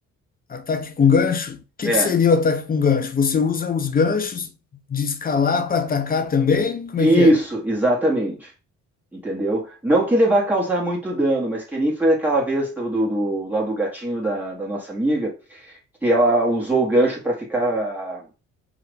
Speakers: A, on the left; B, in the centre.
A: Ataque com gancho? O que
B: É.
A: que seria o ataque com gancho? Você usa os ganchos de escalar para atacar também? Como
B: Isso,
A: é que é?
B: exatamente. Entendeu? Não que ele vá causar muito dano, mas que nem foi aquela vez do, do, do- lá do gatinho da, da nossa amiga, que ela usou o gancho para ficar